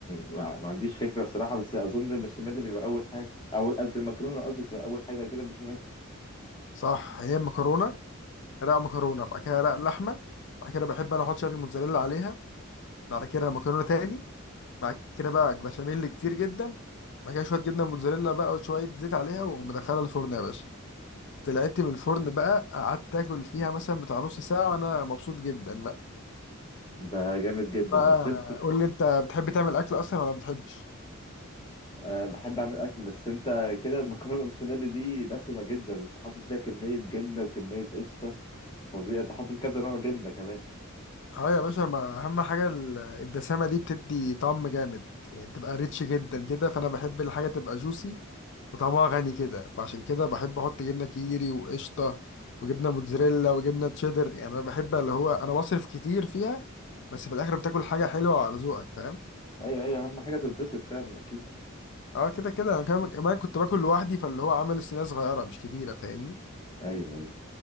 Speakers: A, on the left; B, on the left.
A: ما ما عنديش فكره بصراحه بس اظن البشاميل بيبقى اول حاجه او قصدي المكرونه قصدي تبقى اول حاجه بعد كده البشاميل
B: صح هي المكرونه رق مكرونه بعد كده رق لحمه بعد كده بحب انا احط شويه الموتزاريلا عليها بعد كده مكرونه تاني بعد كده بقى بشاميل كتير جدا بعد كده شويه جبنه موتزاريلا بقى وشويه زيت عليها ومدخلها الفرن يا باشا طلعت من الفرن بقى قعدت اكل فيها مثلا بتاع نص ساعة وانا مبسوط جدا بقى
A: ده جامد جدا
B: بقى
A: بس انت
B: قول لي انت بتحب تعمل اكل اصلا ولا ما بتحبش
A: أه بحب أعمل أكل بس أنت كده المكرونة البشاميل دي دسمة جدا أنت حاطط فيها كمية جبنة وكمية قشطة فظيعة أنت حاطط كذا نوع جبنة كمان
B: اه يا باشا ما اهم حاجة ال- الدسامة دي بتدي طعم جامد يعني تبقى ريتش جدا كده فانا بحب الحاجة تبقى جوسي وطعمها غني كده فعشان كده بحب احط جبنة كيري وقشطة وجبنة موتزاريلا وجبنة تشيدر يعني انا بحب اللي هو انا بصرف كتير فيها بس في الاخر بتاكل حاجة حلوة على ذوقك فاهم
A: أيوه أيوه أهم حاجة تتبسط فعلا أكيد
B: اه كده كده انا كمان كمان كنت باكل لوحدي فاللي هو عامل الصينيه صغيره مش كبيره فاهمني
A: أيوه أيوه